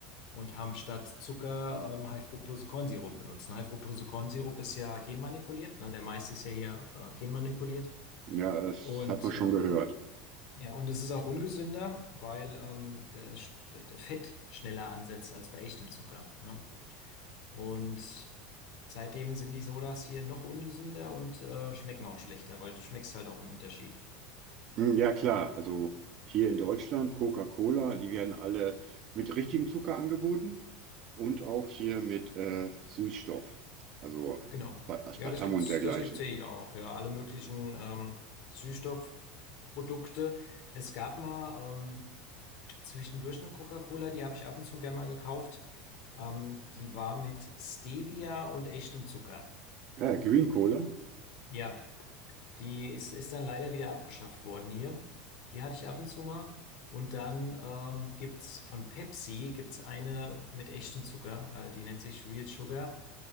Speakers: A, on the left (about 50°); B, on the right (about 40°).
A: und haben statt Zucker ähm, High-Fructose-Kornsirup benutzt. Und High-Fructose-Kornsirup ist ja genmanipuliert, ne? Der Mais ist ja hier äh, genmanipuliert.
B: Ja, das
A: Und
B: hat man
A: äh,
B: schon gehört.
A: ja, und es ist auch ungesünder, weil ähm, der, Sch- der der Fett schneller ansetzt als bei echtem Zucker. Ne? Und seitdem sind die Sodas hier noch ungesünder und äh, schmecken auch schlechter, weil du schmeckst halt auch einen Unterschied.
B: Hm, Ja, klar. Also hier in Deutschland, Coca-Cola, die werden alle mit richtigem Zucker angeboten und auch hier mit äh, Süßstoff, also
A: Genau.
B: Aspa- Aspartam
A: Ja, das gibt's,
B: und dergleichen.
A: das gibt's ja hier ja auch. Ja, alle möglichen ähm, Süßstoffprodukte. Es gab mal ähm, zwischendurch eine Coca-Cola, die habe ich ab und zu gerne mal gekauft. Ähm, die war mit Stevia und echtem Zucker.
B: Ja, Green Cola.
A: Ja, Die ist, ist dann leider wieder abgeschafft worden hier. Die hatte ich ab und zu mal. Und dann ähm, gibt's von Pepsi gibt's eine mit echtem Zucker, äh, die nennt sich Real Sugar.